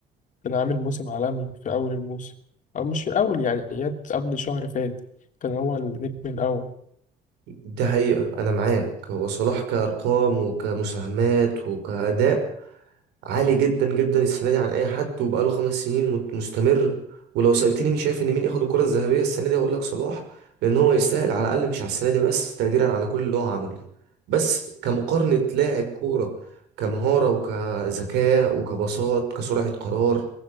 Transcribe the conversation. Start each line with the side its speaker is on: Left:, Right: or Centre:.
Left: كان عامل موسم عالمي في اول الموسم او مش في اول يعني جت قبل شهر فات كان هو النجم الاول
Right: ده حقيقة انا معاك هو صلاح كأرقام وكمساهمات وكأداء عالي جدا جدا السنه دي عن اي حد وبقاله خمس سنين مت- مستمر ولو سالتني مين شايف ان مين ياخد الكره الذهبيه السنه دي هقول لك صلاح لان هو يستاهل على الاقل مش على السنه دي بس تقديرا على كل اللي هو عمله بس كمقارنه لاعب كوره كمهاره وكذكاء وكبساط كسرعه قرار